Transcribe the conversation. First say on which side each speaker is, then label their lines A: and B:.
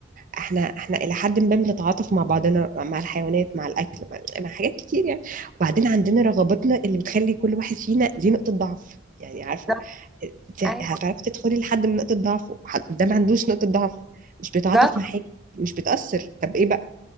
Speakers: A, on the right (about 45°); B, in the centre.
A: احنا احنا الى حد ما بنتعاطف مع بعضنا مع الحيوانات مع الاكل مع مع حاجات كتير يعني وبعدين عندنا رغباتنا اللي بتخلي كل واحد فينا ليه نقطة ضعف يعني عارفة
B: بالظبط
A: انت
B: أيوة،
A: هتعرفي تدخلي لحد من نقطة ضعفه حد ده ما عندوش نقطة ضعف مش بيتعاطف
B: بالظبط.
A: مع حاجة مش بتأثر طب ايه بقى